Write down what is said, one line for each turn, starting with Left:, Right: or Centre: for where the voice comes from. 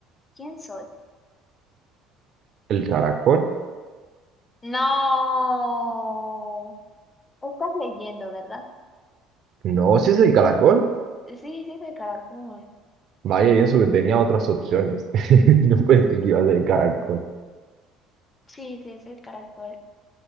Left: ¿Quién soy?
Right: ¿El caracol?
Left: No. Estás leyendo, ¿verdad?
Right: No, si es el caracol.
Left: Sí, sí es el caracol.
Right: Vaya, y eso que tenía otras opciones. <laughs> No pensé que iba a ser el caracol.
Left: Sí, sí es el caracol.